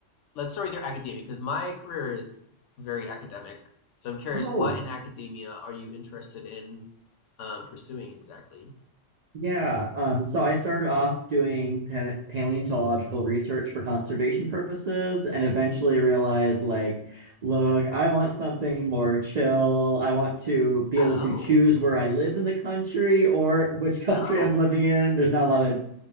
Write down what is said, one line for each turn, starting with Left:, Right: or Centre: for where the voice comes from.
Left: let's start with your academia, because my career is very academic. So I'm curious,
Right: Oh.
Left: what in academia are you interested in um, pursuing exactly?
Right: Yeah, um, so I started off doing pa paleontological research for conservation purposes and eventually realized, like, look, I want something more chill. I want to be able
Left: Oh,
Right: to choose where I live in the country or which country
Left: oh,
Right: I'm living in. There's not a lot of